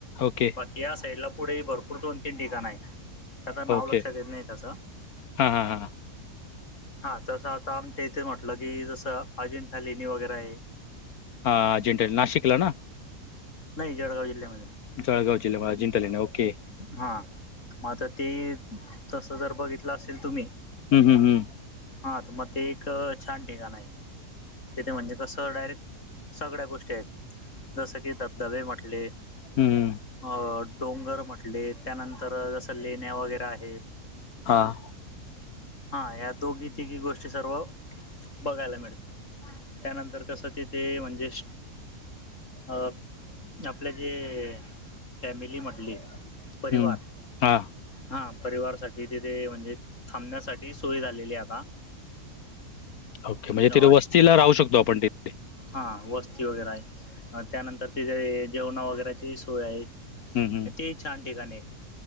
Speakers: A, on the left (about 70°); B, on the left (about 50°).
A: ओके.
B: या साईड ला पुढे भरपूर दोन तीन ठिकाण आहेत. त्याच नाव
A: ओके
B: लक्षात येत नाही त्याचं.
A: हां हां हां
B: हा तसं आता आमच्या इथे म्हटलं कि जसं अजिंठा लेणी वगैरे आहे.
A: हा अजिंठा नाशिकला ना.
B: नाही जळगाव जिल्ह्यामध्ये.
A: जळगाव जिल्यामध्ये अजिंठा लेणी ओके.
B: हा मगं ते तस जर बघितलं असेल तुम्ही
A: हम् हम् हम.
B: हा तर मग ते एक छान ठिकाण आहे. तिथे म्हणजे कसं डायरेक्ट सगळ्या गोष्टी आहेत जसं की धबधबे म्हटले,
A: हम्म.
B: अ डोंगर म्हटले त्यानंतर जसं लेण्या वगैरे आहेत.
A: हां.
B: हा या्या दोघी तिघी गोष्टी सर्व बघायला मिळतात. त्यानंतर कसं तिथे म्हणजे, अ आपले जे फॅमिली म्हटली. परिवार
A: हं हां
B: हा परिवार साठी तिथे म्हणजे थांबण्यासाठी सोय झालेली आता.
A: ओके म्हणजे
B: हॉट
A: तथे वस्तीला राह शकतो आपण तिथे
B: हा वस्ती वगैरे आहे त्यानंतर तिथे जेवणा वगैरेची सोय आहे.
A: हं हं
B: ते छान ठिकाणेत.